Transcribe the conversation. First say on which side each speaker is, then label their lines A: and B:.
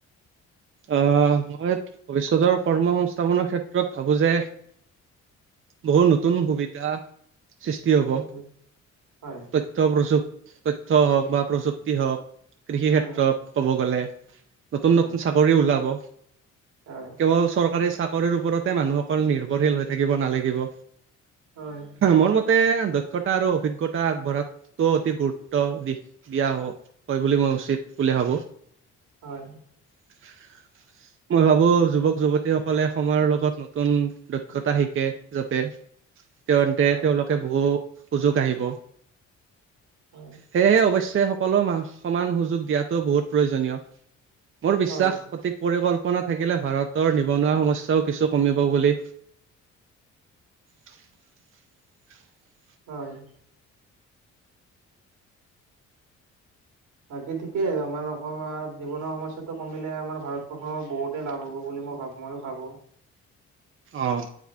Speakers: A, on the right; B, on the right.
A: আহ মই ভৱিষ্যতৰ কৰ্মসংস্থাপনৰ ক্ষেত্ৰত ভাবো যে। বহুত নতুন সুবিধা। সৃষ্টি হ'ব
B: উম হয়
A: তথ্য প্ৰযুপ। তথ্য হওক বা প্ৰযুক্তি হওক কৃষি
B: উম
A: ক্ষেত্ৰত কব গলে। নতুন
B: উম
A: নতুন চাকৰি ওলাব
B: হয়
A: কেৱল চৰকাৰী। ওপৰতে মানুহসকল নিৰ্ভৰশীল হৈ থাকিব নালাগিব
B: হয়
A: মোৰ ম তে দক্ষতা আৰু অভিজ্ঞতা আগবঢ়াতো অতি গুৰুত্ব দিশ দিয়া হ। হয় বুলি মই উচিত ভোলে হ'ব।
B: হয়।
A: <unintelligible> মই ভাবোঁ যুৱক যুৱতীসকলে সময়ৰ লগত নতুন দক্ষতা শিকে যাতে। তেন্তে
B: হয়
A: তেওঁলোকে বহু সুযোগ আহিব।
B: হয়
A: সেয়েহে অৱশ্যয়। সকলো সমান সুযোগ দিয়া টো বহুত প্ৰয়োজনীয় মোৰ বিশ্বাস
B: হয়
A: সঠিক পৰিকল্প। থাকিলে ভাৰতৰ নিবনুৱা সমস্যাও কিছু কমিব বুলি। <unintelligible>
B: হয়। বাকী ঠিকেই আমাৰ অকণমান জীৱনৰ সমস্যাটো কমিলে আমাৰ ভাৰতবৰ্ষৰ বহুতেই লাভ হ'ব বুলি। মই ভাবোঁ মইয়ো ভাবোঁ।
A: অহ।